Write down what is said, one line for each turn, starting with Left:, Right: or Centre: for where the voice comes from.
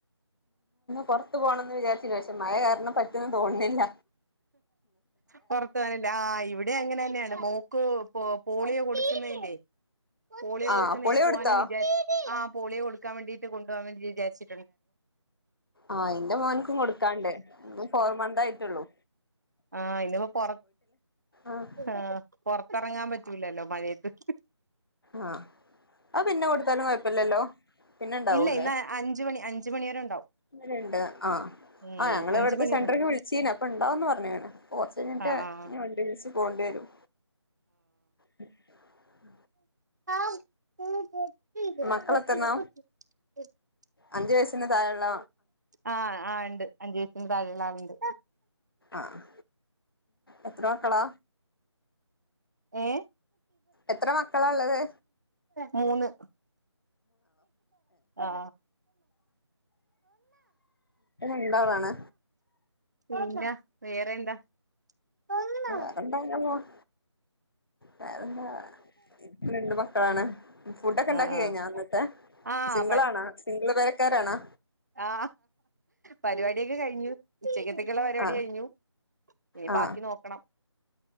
Left: പുറത്ത് പോണംന്ന് വിചാരിച്ചില്ല പക്ഷെ മഴ കാരണം പറ്റെന്ന് തോന്നില്ല
Right: പുറത്ത വന്നില്ല ആ ഇവിടെ അങ്ങനെ തന്നെയാണ് മോക്ക് പോളിയോ കൊടുക്കുന്നല്ലേ പോളിയോ
Left: ആഹ്
Right: കൊടുക്കുന്നതിന്
Left: പൊളി കൊടുത്തോ
Right: പോകാനുംവിചാരി ആ പോളിയോ കൊടുക്കാൻ വേണ്ടീട്ട് കൊണ്ട പോവാൻ വേണ്ട വിചാരിച്ചി
Left: ആ എന്റെ മോനക്കും കൊടുക്കണ്ട് ഫോർ മന്ത് ആയിട്ടുള്ളു
Right: ആ ഇന്നപ്പോൊറ
Left: ആഹ്
Right: ആ പൊറത്തിറങ്ങാൻ പറ്റൂലല്ലോ മഴയത്ത്
Left: ആ ആ പിന്നെ കൊടുത്താലും കുഴപ്പില്ലല്ലോ പിന്നെ ണ്ടാവൂല്ലേ
Right: ഇല്ല ഇന്ന് അഞ്ച് മണി അഞ്ച് മണി വരെ ഉണ്ടാവും
Left: അങ്ങനുണ്ട് ആ
Right: ഉം
Left: ആ ഞങ്ങള്
Right: അഞ്ച്
Left: ഇവിടുത്തെ
Right: മണി
Left: സെന്ററിക്ക്
Right: വരെ ഉണ്ടാവും
Left: വിളിച്ചന ഇപ്പ ഉണ്ടാവന്ന് പറഞ്ഞാണ് ഓർച്ച കഴിഞ്ഞിട്ട്
Right: ആഹ് ആഹ്
Left: വണ്ടി വിളച്ച് പോകേണ്ടി വരും <unintelligible>
Right: <unintelligible>
Left: മക്കളെത്രണ്ണാ അഞ്ചു വയസ്സിന് താഴെുള്ള
Right: ആ ആ ഉണ്ട് അഞ്ചു വയസിന്റെ താഴെയുള്ള ആളുണ്ട്
Left: ആഹ് എത്ര മക്കളാ
Right: ഏ
Left: എത്ര മക്കളള്ളത്
Right: മൂന്ന് അ
Left: ണ്ടാളാണ്
Right: പിന്ന വേറെ എന്താ ആഹ്
Left: വേറെന്ത അങ്ങനെ പോണു വേറെന്താ രണ്ടമക്ക ക്കളാണ് ഫുഡൊക്കെ ഉണ്ടാക്കി
Right: ആഹ്
Left: കഴിഞ്ഞാ അന്നത്തെ
Right: ആഹ്
Left: സിംഗിള ആണാ സിംഗിൾ പെരക്കാരാണാ
Right: ആ പരിപാടിയൊക്കെ കഴിഞ്ഞു ഉച്ചക്കത്തൊക്കെയള്ള പരിപാടി
Left: ആ
Right: കഴിഞ്ഞു ഏ
Left: ആ
Right: ബാക്കി നോക്കണം